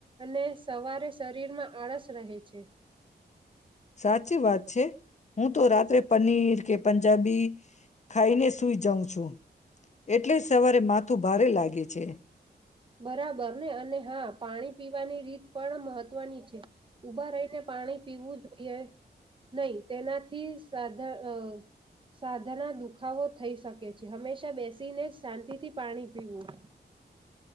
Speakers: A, on the right (about 30°); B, on the left (about 40°).
A: અને સવારે શરીરમાં આળસ રહે છે. છે.
B: સાચી વાત છે. હું તો રાત્રે પનીર કે પંજાબી ખાઈને સુઈ જાઉં છું એટલે સવારે માથું ભારે લાગે છે.
A: બરાબર ને અને હા પાણી પીવાની રીત પણ મહત્વની છે ઊભા રહીને પાણી પીવું જોઈએ નહીં તેનાથી સાધા અ સાધાના દુખાવો થઈ શકે છે હંમેશા બેસીને જ શાંતિથી પાણી પીવું.